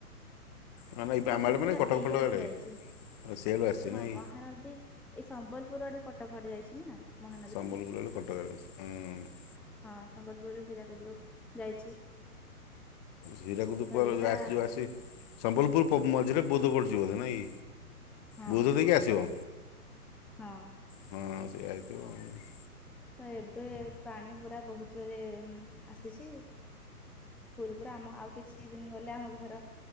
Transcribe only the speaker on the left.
ମାନେ ଏଇ
ଆମ ଆଡ଼େ ମାନେ କଟକ
ଫଟକ ଆଡ଼େ
ଆଉ ସିଆଡ଼ୁ ଆସିଛି
ନାଇଁ
ସମ୍ବଲପୁରୁ ଆଡୁ କଟକ ଆଇଛି। ହୁଁ।
ହୀରାକୁଦୁ
ପରେ
ଆସି ଆସି। ସମ୍ବଲପୁରୁ ପ ମଝିରେ ବୌଦ୍ଧ ପଡୁଛିି ବୋଧେ ନାଇଁ?
ବୌଦ୍ଧ
ଦେଇକି ଆସିବ?
ହଁ ସେଇଆ ହେଇଥିବ ଆଉ।